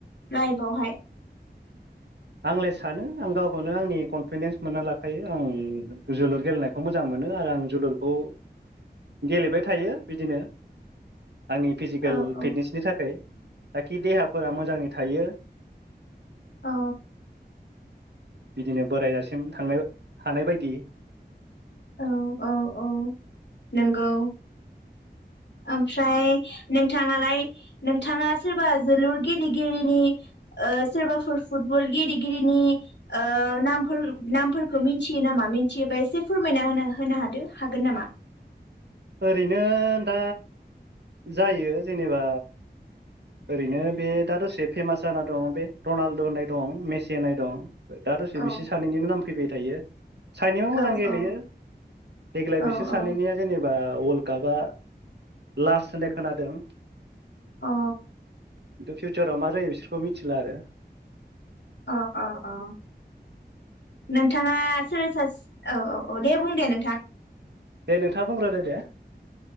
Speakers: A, on the left (about 90°); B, on the right (about 75°).
A: लाइफआवहाय
B: आंलाय सानो आं गावखौनो आंनि कनफिडेन्स मोनना लाखायो आं जोलुर गेलेनायखौ मोजां मो नो आरो आं जोलुरखौ गेलेबाय थायो बिदिनो आंनि फिजिकेल
A: औ औ
B: फिटनेसनि थाखाय थाखि देहाफोरा मोजाङै थायो।
A: औ
B: बिदिनो बोराय जासिम थांनो हानाय बायदि
A: औ औ औ नंगौ
B: <unintelligible>
A: ओमफ्राय नोंथाङालाय नोंथाङा सोरबा जोलुर गेलेगिरिनि ओ सोरबाफोर फुटबल गेलेगिरिनि ओ नामफोर नामफोरखौ मिथियो नामा? मिथियोबा एसे फोरमायना होनो होनो हादो हागोन नामा?
B: ओरैनो दा जायो जेनेबा ओरैनो बे दा दसे फेमास जाना दं बे रनाल्द' होननाय दं मेसि होननाय दं। दा दसे
A: औ
B: बिसोर सानैनिनो नाम फैबाय थायो। सानैबो
A: औ
B: मोजां गेलेयो
A: औ
B: देग्लाय
A: औ
B: बिसोर
A: औ
B: सानैनिया जेने वर्ल्ड कापा लास्ट होननाय खोनादों।
A: अ
B: खिन्थु फिउचाराव मा जायो बिसोरखौ मिथिला आरो
A: अ अ अ नोंथाङा सोर सा औ औ औ दे बुं दे नोंथां।
B: दे नोंथाङा बुंग्रो दो दे।